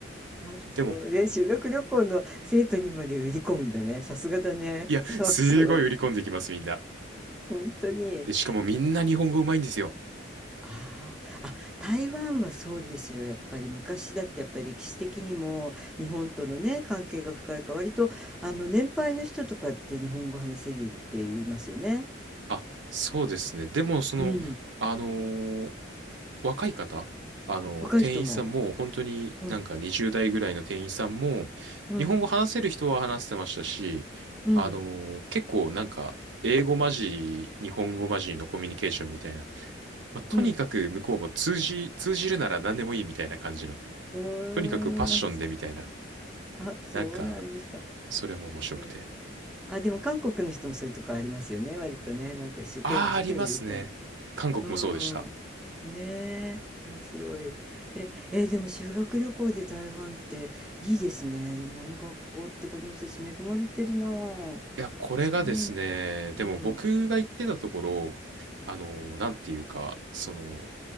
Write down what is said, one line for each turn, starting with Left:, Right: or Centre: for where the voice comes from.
Centre: あ、そうね。
Right: でも
Centre: 修学旅行の生徒にまで売り込むんだね。さすがだね。
Right: いや、
Centre: そうそう。
Right: すごい売り込んできます、みんな。
Centre: 本当に。へ
Right: で、しかもみんな日本語うまいんですよ。
Centre: ああ、あ、台湾はそうですよ。やっぱり昔だってやっぱり歴史的にも日本とのね、関係が深いから、割とあの年配の人とかって日本語話せるって言いますよね。
Right: あ、そうですね。でも、その、
Centre: うん。
Right: あのー若い方、あの、
Centre: 若い人も。
Right: 店員さんも、本当になんか20代ぐらいの店員さんも、
Centre: うん。うん。
Right: 日本語話せる人は話してましたし、
Centre: うん。
Right: あのー結構なんか、英語混じり、日本語混じりのコミュニケーションみたいな、まあとにかく向こうも通じ、
Centre: うん。
Right: 通じるなら何でもいいみたいな感じの、
Centre: うーん。
Right: とにかくパッションでみたいな、
Centre: あ、そあ、そうなんですか。
Right: なんか、
Centre: へ
Right: それも面白くて。
Centre: え。あ、でも韓国の人もそういうとこありますよね。割とね。なんか一生懸命、
Right: ああ、
Centre: 一生懸命売り込んで。
Right: ありますね。韓国もそうでした。
Centre: うん。ねえ、面白い。え、え、でも修学旅行で台湾っていいですね。今の学校って子供たち恵まれてるなあ。
Right: いや、これがですね、
Centre: そう。うん。
Right: でも僕が言ってたところ、
Centre: う
Right: あの、なんていうか、その、